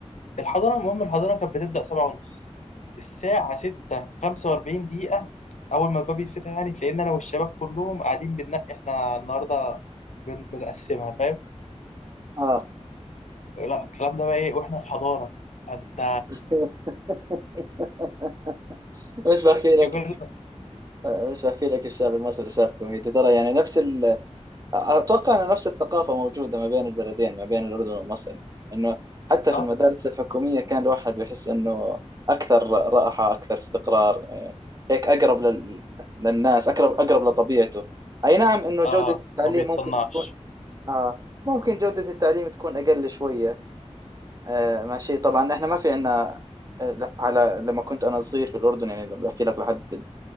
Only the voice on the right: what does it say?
اه
<laughs> مش بحكي
لك
مش بحكي لك الشعب المصري شعب كوميدي ترى يعني نفس ال... اتوقع ان نفس الثقافه موجوده ما بين البلدين ما بين الاردن ومصر يعني انه حتى في
المدارس الحكوميه كان الواحد بيحس انه اكثر راحه اكثر استقرار إيه، هيك اقرب لل... للناس اقرب اقرب لطبيعته اي نعم انه جوده
التعليم
ممكن تكون آه ممكن جوده التعليم تكون اقل شويه آه، ماشي طبعا احنا ما في عندنا على لما كنت انا صغير في الاردن يعني بحكي لك لحد